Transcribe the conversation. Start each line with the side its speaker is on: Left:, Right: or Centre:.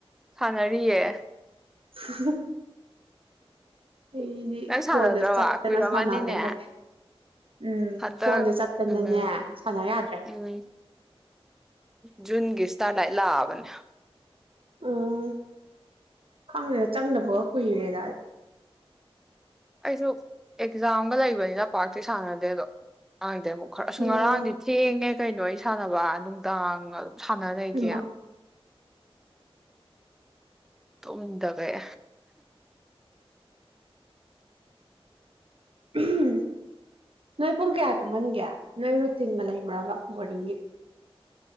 Centre: ꯁꯥꯟꯅꯔꯤꯌꯦ
Right: ꯍ ꯍꯤ ꯑꯩꯗꯤ
Centre: ꯅꯪ ꯁꯥꯟꯅꯗ꯭ꯔꯕ
Right: ꯐꯣꯟꯗ ꯆꯞꯇꯅ
Centre: ꯀꯨꯏꯔꯝꯃꯅꯤꯅꯦ
Right: ꯁꯥꯟꯅꯕ ꯌꯥꯗ꯭ꯔꯦ ꯎꯝ
Centre: ꯍꯟꯇꯛ
Right: ꯐꯣꯟꯗ ꯆꯞꯇꯅꯅꯦ
Centre: ꯎꯝ
Right: ꯁꯥꯟꯅ ꯌꯥꯗ꯭ꯔꯦ
Centre: ꯎꯝ ꯖꯨꯟꯒꯤ ꯁꯇꯥꯔ ꯂꯥꯏꯠ ꯂꯥꯛꯑꯕꯅꯦ
Right: ꯎꯝ ꯈꯪꯗꯦꯗ ꯆꯪꯗꯕꯒ ꯀꯨꯏꯔꯦꯗ ꯑꯩ
Centre: ꯑꯩꯁꯨ ꯑꯦꯛꯖꯥꯝꯒ ꯂꯩꯕꯅꯤꯅ ꯄꯥꯛꯇꯤ ꯁꯥꯟꯅꯗꯦ ꯑꯗꯣ ꯉꯥꯡꯗꯦ ꯑꯃꯨꯛ ꯈꯔ ꯁꯨꯡ
Right: ꯑꯣ
Centre: ꯉꯔꯥꯡꯗꯤ ꯊꯦꯡꯅ ꯀꯩꯅꯣ ꯑꯩ ꯁꯥꯟꯅꯕ ꯅꯨꯡꯗꯥꯡ ꯁꯥꯟꯅ ꯂꯩꯒꯦ
Right: ꯏꯃꯥ
Centre: ꯇꯨꯝꯗꯕꯩ
Right: ꯍꯝ ꯅꯣꯏ ꯄꯨꯡ ꯀꯌꯥ ꯇꯨꯝꯍꯟꯒꯦ ꯅꯣꯏ ꯔꯨꯇꯤꯟꯒ ꯂꯩꯕ꯭ꯔꯕ ꯕꯣꯔꯗꯤꯡꯒꯤ